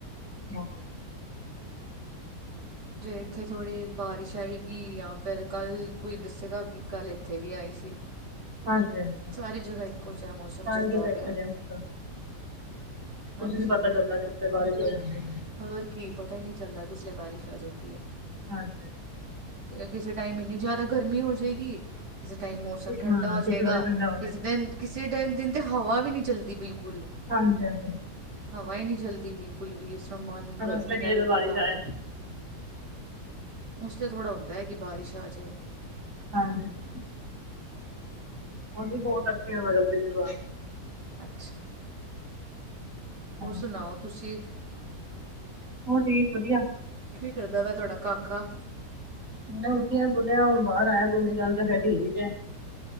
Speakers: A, on the right; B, on the right.
A: <unintelligible>
B: ਜੇ ਏਥੇ ਥੋੜ੍ਹੀ ਬਾਰਿਸ਼ ਆਏਗੀ ਯਾ ਫੇਰ ਕੱਲ੍ਹ ਕੋਈ ਦੱਸੇਗਾ ਕੀ ਕੱਲ੍ਹ ਏਥੇ ਵੀ ਆਈ ਸੀ।
A: ਹਾਂਜੀ ਹਾਂਜੀ
B: ਸਾਰੀ ਜਗ੍ਹਾ ਇੱਕੋ ਜਿਆ ਮੋਸਮ
A: ਸਾਰੇ
B: ਚੱਲਦਾ
A: ਜਗ੍ਹਾ ਇੱਕ
B: ਪਿਆ।
A: ਜਿਹਾ ਮੌਸਮ ਕੁਛ
B: ਹਾਂਜੀ
A: ਨੀ ਪਤਾ ਚੱਲਦਾ ਕਿਸ ਲੇ ਬਾਰਿਸ਼ ਹੋ ਜਾਂਦੀ।
B: ਹੋਰ ਕੀ ਪਤਾਈ ਨੀ ਚੱਲਦਾ ਕਿਸਲੇ ਬਾਰਿਸ਼ ਆ ਜਾਂਦੀ ਏ।
A: ਹਾਂਜੀ।
B: ਕਿਸੇ ਟਾਈਮ ਇੰਨੀ ਜ਼ਿਆਦਾ ਗਰਮੀ ਹੋ ਜੇਗੀ। ਕਿਸੇ ਟਾਈਮ ਮੌਸਮ ਠੰਡਾ
A: ਹਾਂ
B: ਹੋ ਜੇਗਾ,
A: ਕਿਸੇ ਵੇਲੇ ਠੰਡਾ ਹੋ ਜਾਏਗਾ
B: ਕਿਸੇ ਦਿਨ ਕਿਸੇ ਡ ਦਿਨ 'ਤੇ ਹਵਾ ਵੀ ਨਹੀਂ ਚੱਲਦੀ ਬਿਲਕੁਲ।
A: ਹਾਂਜੀ- ਹਾਂਜੀ।
B: ਹਵਾ ਈ ਨੀਂ ਚਲਦੀ ਬਿਲਕੁਲ ਵੀ ਇਸ ਰ੍ਹਾਂ ਮਨ
A: ਹਰ
B: ਗਰਮੀ
A: ਉਸ ਵੇਲੇ
B: ਨਾਲ
A: ਕਹੀਦਾ ਬਾਰਿਸ਼
B: ਘਬਰਾਂਦੈ।
A: ਆਏ
B: ਉਥਥੋੜਾ ਹੁੰਦੈ ਕਿ ਬਾਰਿਸ਼ ਆਜੇ।
A: ਹਾਂਜੀ। ਹੁਰ ਵੀ ਬਹੁਤ ਅੱਛੇ ਹੈ ਵਗਲਦੀ ਵਿਵਾਾਰ <unintelligible>
B: ਅੱਛਾ। ਹੋਰ
A: ਹਾਂਜੀ
B: ਸੁਨਾਓ ਤੁਸੀ?
A: ਹੋ ਠੀਕ ਵਧੀਆ।
B: ਕੀ ਕਰਦੈ ਵੈ ਤੁਹਾਡਾ ਕਾਕਾ?
A: ਹੁਨੇ ਉੱਠੀ ਆ ਬੋਲਿਆ ਹੁਣ ਬਾਰ ਆਇਆ ਘੁੰਮੀ ਕਰਨ ਫਿਰ ਠੀਕ ਐ।